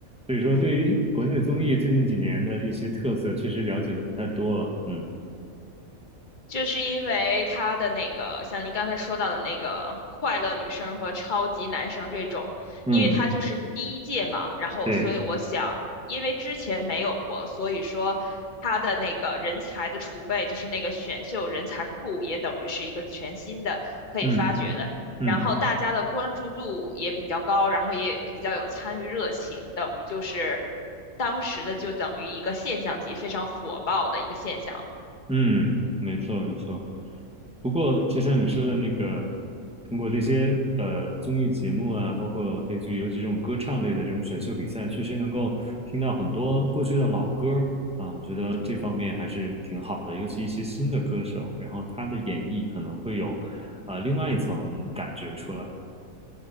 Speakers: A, in the centre; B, on the left (about 35°).
A: 所以说对于国内的综艺最近几年的一些特色，确实了解的不太多了。嗯
B: 就是因为他的那个，像您刚才说到的那个快乐女生和超级男生这种，
A: 嗯，
B: 因为他就是第一届嘛，然后所以我想，
A: 对，
B: 因为之前没有过，所以说他的那个人才的储备，就是那个选秀人才库，也等于是一个全新的可以发掘的。
A: 嗯嗯
B: 然后大家的关注度也比较高，然后也比较有参与热情，等于就是当时的就等于一个现象级，非常火爆的一个现象。
A: 嗯，没错没错。不过，就像你说的那个，通过这些呃综艺节目啊，包括类似于尤其这种歌唱类的这种选秀比赛，确实能够听到很多过去的老歌儿啊，我觉得这方面还是挺好的。尤其一些新的歌手，然后他的演绎可能会有啊、呃另外一层感觉出来。